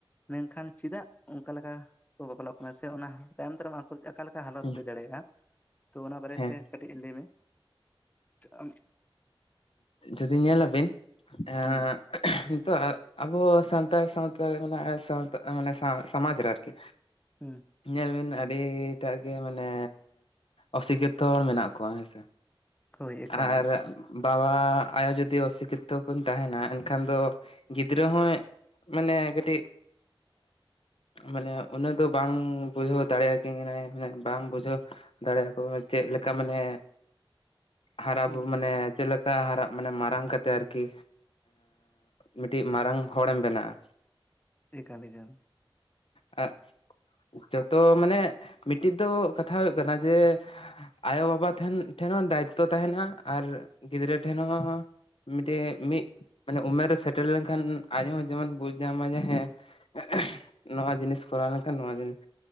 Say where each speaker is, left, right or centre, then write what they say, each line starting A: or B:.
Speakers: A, on the left; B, on the left.
A: ᱢᱮᱱᱠᱷᱟᱱ ᱪᱮᱫᱟᱜ ᱚᱱᱠᱟ ᱞᱮᱠᱟ ᱠᱚ ᱵᱟᱯᱞᱟᱜ ᱠᱟᱱᱟ ᱥᱮ ᱚᱱᱟ ᱛᱟᱭᱚᱢ ᱫᱟᱨᱟᱢ ᱟᱠᱚ ᱚᱠᱟ ᱞᱮᱠᱟ ᱦᱟᱞᱚᱛ
B: ᱦᱩᱸ
A: ᱦᱩᱭ ᱫᱟᱲᱮᱭᱟᱜᱼᱟ? ᱛᱚ ᱚᱱᱟ ᱵᱟᱨᱮ
B: ᱦᱮᱸ
A: ᱛᱮ ᱠᱟᱹᱴᱤᱡ ᱞᱟᱹᱭ ᱢᱮ᱾ ᱟᱼᱼ
B: ᱡᱩᱫᱤ ᱧᱮᱞᱟᱵᱤᱱ ᱮᱸᱜ
A: ᱦᱩᱸ
B: ᱱᱤᱛᱚᱜ-ᱟᱜ᱾ ᱟᱵᱚ ᱥᱟᱱᱛᱟᱲ ᱥᱟᱶᱛᱟ ᱨᱮ ᱢᱟᱱᱮᱜ-ᱟ ᱥᱟᱶᱛᱟ ᱢᱟᱱᱮ ᱥᱟᱶ ᱥᱚᱢᱟᱡᱽ ᱨᱮ ᱟᱨᱠᱤ,
A: ᱦᱩᱸ,
B: ᱧᱮᱞ ᱵᱮᱱ ᱟᱹᱰᱤᱴᱟᱜ ᱜᱮ ᱢᱟᱱᱮ ᱚᱥᱤᱠᱷᱤᱛᱚ ᱦᱚᱲ ᱢᱮᱱᱟᱜ ᱠᱚᱣᱟ ᱦᱮᱸᱥᱮ᱾
A: ᱦᱳᱭ ᱮᱠᱟᱞ
B: ᱟᱨ,
A: ᱮᱠᱟᱞ
B: ᱵᱟᱵᱟ ᱟᱭᱳ ᱡᱩᱫᱤ ᱚᱥᱤᱠᱷᱤᱛᱚ ᱠᱤᱱ ᱛᱟᱦᱮᱱᱟ ᱮᱱᱠᱷᱟᱱ ᱫᱚ ᱜᱤᱫᱽᱨᱟᱹ ᱦᱚᱸᱭ ᱢᱟᱱᱮ ᱠᱟᱹᱴᱤᱡ, ᱢᱟᱱᱮ ᱩᱱᱟᱹᱜ ᱫᱚ ᱵᱟᱝ ᱵᱩᱡᱷᱟᱹᱣ ᱫᱟᱲᱮᱭᱟᱠᱤᱱ ᱠᱟᱱᱟᱭ᱾ ᱢᱟᱱᱮ ᱵᱟᱝ ᱵᱩᱡᱷᱟᱹᱣ, ᱫᱟᱲᱮᱭᱟᱠᱚ ᱪᱮᱫ ᱞᱮᱠᱟ ᱢᱟᱱᱮ ᱦᱟᱨᱟ
A: ᱦᱩᱸ
B: ᱵᱩᱨᱩ
A: ᱦᱩᱸ
B: ᱢᱟᱱᱮ ᱪᱮᱫ ᱞᱮᱠᱟ ᱦᱟᱨᱟᱜ ᱢᱟᱱᱮ ᱢᱟᱨᱟᱝ ᱠᱟᱛᱮᱜ ᱟᱨᱠᱤ᱾ ᱢᱤᱫᱴᱤᱡ ᱢᱟᱨᱟᱝ ᱦᱚᱲᱮᱢ ᱵᱮᱱᱟᱜᱼᱟ᱾
A: ᱮᱠᱟᱞᱻ ᱮᱠᱟᱞ᱾
B: ᱮᱸᱜ ᱡᱚᱛᱚ ᱢᱟᱱᱮ ᱢᱤᱫᱴᱤᱡ ᱫᱚ ᱠᱟᱛᱷᱟ ᱦᱩᱭᱩᱜ ᱠᱟᱱᱟ ᱡᱮ, ᱟᱭᱳᱻᱵᱟᱵᱟ ᱴᱷᱮᱱ, ᱴᱷᱮᱱ ᱦᱚᱸ ᱫᱟᱭᱤᱠᱛᱛᱚ ᱛᱟᱦᱮᱱᱟ ᱟᱨ ᱜᱤᱫᱽᱨᱟᱹ ᱴᱷᱮᱱ ᱦᱚᱸ ᱢᱤᱫᱴᱮᱜ ᱢᱤᱫ ᱢᱟᱱᱮ ᱩᱢᱮᱨ ᱨᱮ ᱥᱮᱴᱮᱨ ᱞᱮᱱᱠᱷᱟᱱ ᱟᱡ ᱦᱚᱸ ᱡᱮᱢᱚᱱ ᱵᱩᱡᱽ ᱧᱟᱢᱟᱭ ᱡᱮ ᱦᱮᱸ᱾ <inaudible> ᱱᱚᱣᱟ ᱡᱤᱱᱤᱥ ᱠᱚᱨᱟᱣ ᱞᱮᱱᱠᱷᱟᱱ ᱱᱚᱣᱟ ᱡᱤᱱᱤᱥ